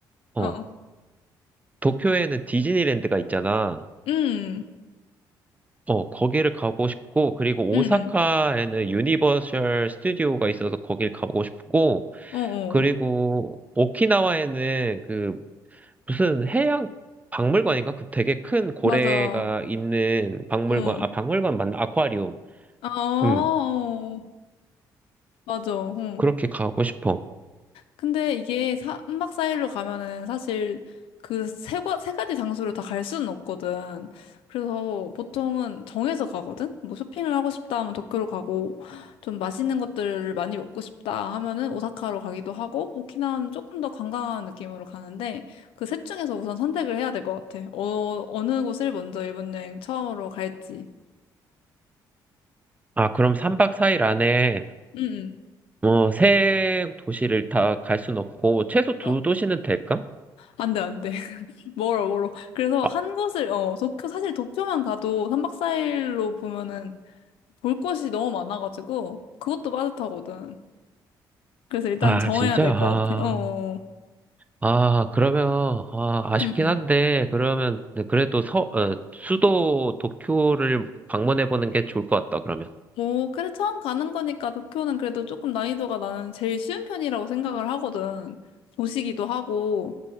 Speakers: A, on the right; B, on the left.
A: 어
B: 어, 어.
A: 도쿄에는 디즈니랜드가 있잖아.
B: 응,
A: 어 거기를 가고 싶고 그리고
B: 응,
A: 오사카에는 유니버셜 스튜디오가 있어서 거길 가고 싶고
B: 응. 어,
A: 그리고
B: 어.
A: 오키나와에는 그 무슨 해양 박물관인가? 그 되게 큰 고래가
B: 맞아.
A: 있는 박물관
B: 어.
A: 아 박물관 맞나? 아쿠아리움.
B: 아, 어,
A: 음
B: 맞아. 응.
A: 그렇게 가고 싶어.
B: 근데 이게 사, 삼박 4일로 가면은 사실 그 세, 과- 세 가지 장소를 다 갈 수는 없거든. 그래서 보통은 정해서 가거든? 뭐 쇼핑을 하고 싶다 하면 도쿄로 가고, 좀 맛있는 것들을 많이 먹고 싶다 하면은 오사카로 가기도 하고, 오키나와는 조금 더 관광하는 느낌으로 가는데, 그 셋 중에서 우선 선택을 해야 될 것 같아. 어, 어느 곳을 먼저 일본 여행 처음으로 갈지.
A: 아, 그럼 3박 4일 안에
B: 응,
A: 뭐 세 도시를 다 갈 순 없고 최소 두
B: 응. 어,
A: 도시는 될까?
B: 안 돼, 안 돼. 멀어, 멀어. 그래서
A: 아,
B: 한 곳을, 어, 도쿄, 사실 도쿄만 가도 3박 4일로 보면은 볼 곳이 너무 많아가지고, 그것도 빠듯하거든. 그래서 일단
A: 아,
B: 정해야
A: 진짜?
B: 될
A: 아,
B: 것 같아. 어,
A: 아, 그러면 아, 아쉽긴
B: 응, 응.
A: 한데 그러면 네, 그래도 서, 어, 수도 도쿄를 방문해 보는 게 좋을 것 같다. 그러면.
B: 오, 그래, 처음 가는 거니까 도쿄는 그래도 조금 난이도가 나는 제일 쉬운 편이라고 생각을 하거든. 도시기도 하고,